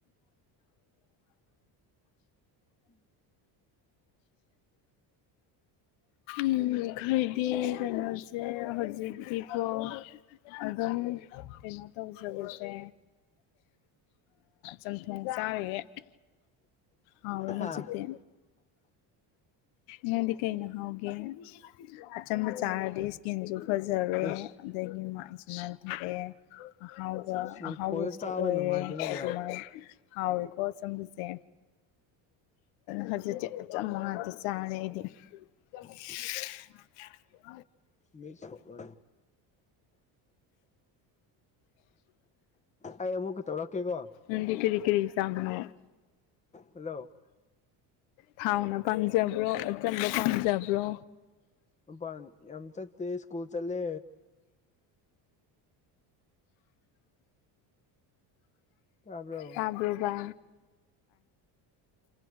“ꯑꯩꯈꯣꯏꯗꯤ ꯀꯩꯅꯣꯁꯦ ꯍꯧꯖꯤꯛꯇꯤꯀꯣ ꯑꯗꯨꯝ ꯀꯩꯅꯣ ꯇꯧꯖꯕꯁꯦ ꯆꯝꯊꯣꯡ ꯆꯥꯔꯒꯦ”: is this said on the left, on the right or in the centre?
Left